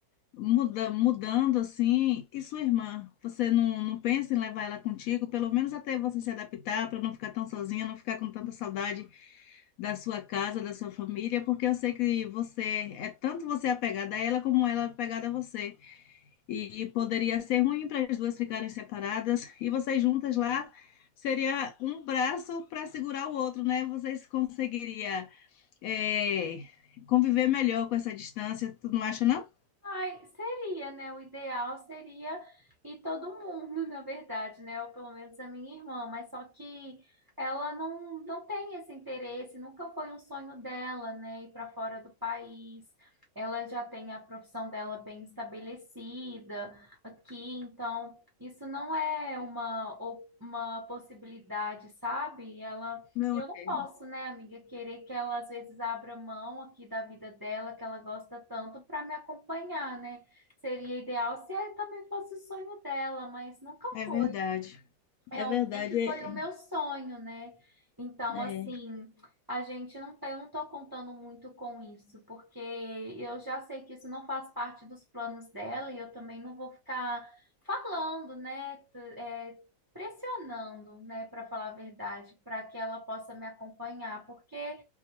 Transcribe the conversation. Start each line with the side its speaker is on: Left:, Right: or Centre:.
Left: muda, mudando assim, e sua irmã? Você não, não pensa em levar ela contigo, pelo menos até você se adaptar, para não ficar tão sozinha, não ficar com tanta saudade da sua casa, da sua família, porque eu sei que você é tanto você apegada a ela como ela é apegada a você. E, poderia ser ruim para as duas ficarem separadas e vocês juntas lá seria um braço para segurar o outro, né? Vocês conseguiria é, conviver melhor com essa distância, tu não acha, não?
Right: Ai, seria, né? O ideal seria ir todo mundo, <laughs> na verdade, né? Ou pelo menos a minha irmã, mas só que ela não, não tem esse interesse, nunca foi um sonho dela, né? Ir para fora do país. Ela já tem a profissão dela bem estabelecida aqui, então isso não é uma, uma possibilidade, sabe? Ela
Left: Não,
Right: e eu não
Left: é
Right: posso, né, amiga, querer que ela às vezes abra mão aqui da vida dela, que ela gosta tanto, para me acompanhar, né? Seria ideal se eh, também fosse o sonho dela, mas nunca
Left: é
Right: foi.
Left: verdade.
Right: É,
Left: É verdade,
Right: o- sempre
Left: é,
Right: foi o meu sonho, né? Então,
Left: é,
Right: assim, a gente não tá, eu não tô contando muito com isso, porque eu já sei que isso não faz parte dos planos dela e eu também não vou ficar falando, né? t- é, pressionando, né, para falar a verdade, para que ela possa me acompanhar, porque